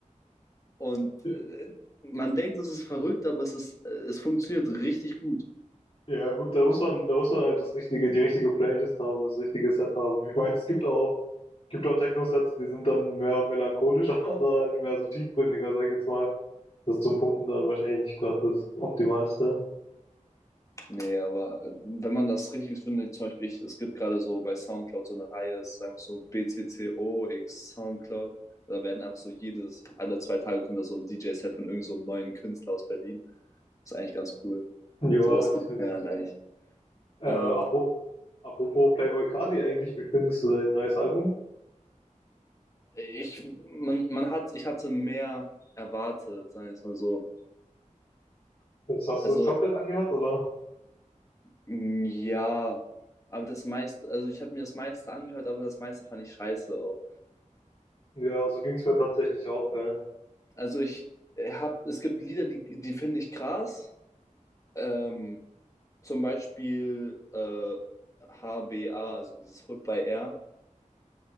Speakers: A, on the left; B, on the left.
A: Und
B: Ja,
A: äh, man denkt, es ist verrückt, aber es ist, äh, es funktioniert richtig gut.
B: ja, gut, da muss man, da muss man halt das richtige, die richtige Playlist haben, das richtige Set haben. Ich meine, es gibt auch, gibt auch Techno-Sets, die sind dann mehr melancholisch <laughs> oder halt mehr so tiefgründiger, sag ich jetzt mal. Das zum Pumpen dann wahrscheinlich nicht gerade das Optimalste.
A: Nee, aber äh, wenn man das richtig findet, zum Beispiel, ich, es gibt gerade so bei SoundCloud so eine Reihe, es ist einfach so BCCO x SoundCloud. Da werden einfach so jedes, alle zwei Tage kommt da so ein DJ-Set von irgend so einem neuen Künstler aus Berlin. Das ist eigentlich ganz cool.
B: Ja,
A: Sowas
B: das
A: gibt
B: stimmt.
A: es ja eigentlich.
B: Äh,
A: Äh,
B: apro apropos Playboi Carti eigentlich, wie findest du dein neues Album?
A: ich, man, man hat, ich hatte mehr erwartet, sagen wir es mal so.
B: Jetzt hast
A: Also,
B: du es komplett angehört, oder?
A: mm, ja, aber das meiste, also ich habe mir das meiste angehört, aber das meiste fand ich scheiße auch.
B: Ja, so ging es mir tatsächlich auch. Ja.
A: Also ich habe, es gibt Lieder, die, die finde ich krass. Ähm, zum Beispiel äh, HBA, also dieses Hood by Air.